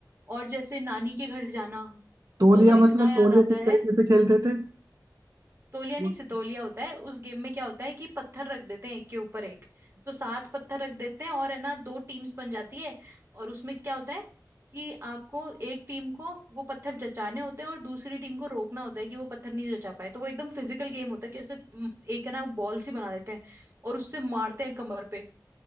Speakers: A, on the right; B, on the right.
A: और जैसे नानी के घर जाना
B: तौलिया
A: वो तो इतना
B: मतलब
A: याद
B: तौलिया
A: आता
B: किस
A: है
B: तरीके से खेलते थे
A: तोलिया
B: <laughs>
A: नहीं सितोलिया होता है उस गेम में क्या होता है कि पत्थर रख देते हैं एक के ऊपर एक तो सात पत्थर रख देते हैं और है ना दो टीम्स बन जाती है और उसमें क्या होता है कि आपको एक टीम को वो पत्थर जचाने होते हैं और दूसरी टीम को रोकना होता है कि वो पत्थर नहीं जचा पाए तो वो एकदम फिजिकल गेम होता है कि उसे म, एक है ना बॉल सी बना देते हैं और उससे मारते हैं कमर पे